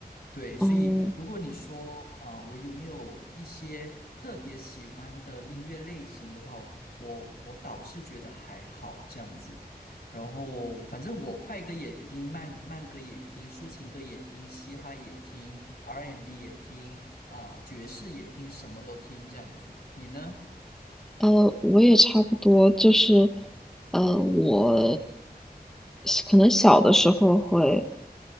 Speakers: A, on the left (about 70°); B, in the centre.
A: 对，所以如果你说啊、
B: 嗯，
A: 我有没有一些特别喜欢的音乐类型的话，我我倒是觉得还好这样子。然后反正我快歌也听，慢慢歌也听，抒情歌也听，嘻哈也听，R&B 也听，啊、爵士也听，什么都听这样子。你呢？
B: 呃呃，我也差不多，就是，呃，我可能小的时候会